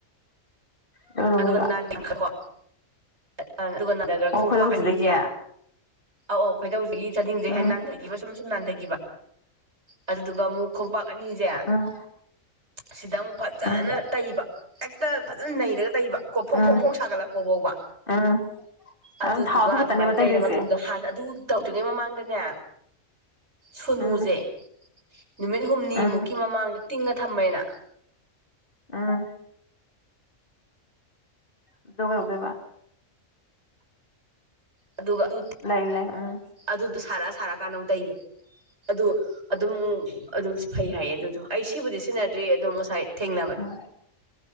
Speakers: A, on the left; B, on the right.
A: ꯂꯣꯏꯔꯕꯣꯕ
B: ꯑꯗꯨꯒ ꯅꯥꯟꯅꯤꯡ ꯈꯔꯣ ꯑꯗꯨꯒ
A: ꯑꯣ
B: ꯈꯣꯡꯄꯥꯛ
A: ꯈꯣꯏꯗꯧꯁꯤꯗꯒꯤ
B: ꯑꯅꯤꯁꯦ ꯑꯧ ꯑꯣ ꯈꯣꯏꯗꯧꯁꯤꯒꯤ ꯆꯗꯤꯡꯁꯦ
A: ꯎꯝ
B: ꯍꯥꯏ ꯅꯥꯟꯊꯈꯤꯕ ꯁꯨꯝ ꯁꯨꯝ ꯅꯥꯟꯊꯈꯤꯕ ꯑꯗꯨꯗꯨꯒ ꯑꯃꯨꯛ ꯈꯣꯡꯄꯥꯛ ꯑꯅꯤꯁꯦ
A: ꯎꯝ
B: ꯁꯤꯗ ꯑꯃꯨꯛ ꯐꯖꯅ
A: ꯎꯝ
B: ꯇꯩꯕ ꯍꯦꯛꯇ ꯐꯖꯅ ꯅꯩꯔꯒ ꯇꯩꯕ ꯀꯣ ꯐꯣꯡ
A: ꯎꯝ
B: ꯐꯣꯡ ꯐꯣꯡ ꯁꯥꯒꯠꯂꯛꯄ ꯐꯥꯎꯕ
A: ꯎꯝ ꯑꯗꯨꯝ
B: ꯑꯗꯨꯗꯨꯒ
A: ꯊꯥꯎ ꯑꯗꯨ ꯈꯛꯇꯅꯦꯕ
B: ꯑꯗꯨꯃꯥꯏꯅ
A: ꯇꯩꯗꯣꯏꯁꯦ
B: ꯇꯩꯔ ꯃꯇꯨꯡꯗ ꯍꯥꯟꯅ ꯑꯗꯨ ꯇꯧꯗ꯭ꯔꯤꯉꯩ ꯃꯃꯥꯡꯗꯅꯦ ꯁꯨꯅꯨꯁꯦ
A: ꯎꯝ
B: ꯅꯨꯃꯤꯠ ꯍꯨꯝꯅꯤꯃꯨꯛꯀꯤ
A: ꯎꯝ
B: ꯃꯃꯥꯡꯗ ꯇꯤꯡꯉ ꯊꯝꯃꯦꯅ
A: ꯑꯥ ꯑꯗꫭ ꯀꯩꯗꯧꯗꯩꯕ
B: ꯑꯗꯨꯒ ꯑꯗꯨ
A: ꯂꯩ ꯂꯩ ꯎꯝ
B: ꯑꯗꯨꯗꯣ ꯁꯥꯔꯛꯑ ꯁꯥꯔꯛꯀꯥꯟꯗ ꯑꯃꯨꯛ ꯇꯩꯕ ꯑꯗꯨ ꯑꯗꯨꯝ ꯑꯗꯨꯝ ꯐꯩ ꯍꯥꯏꯌꯦ ꯑꯗꯨꯗꯣ ꯑꯩ ꯁꯤꯕꯨꯗꯤ ꯁꯤꯖꯤꯟꯅꯗ꯭ꯔꯤ ꯑꯗꯨꯝ ꯉꯁꯥꯏ ꯊꯦꯡꯅꯕꯅꯦ
A: ꯎꯝ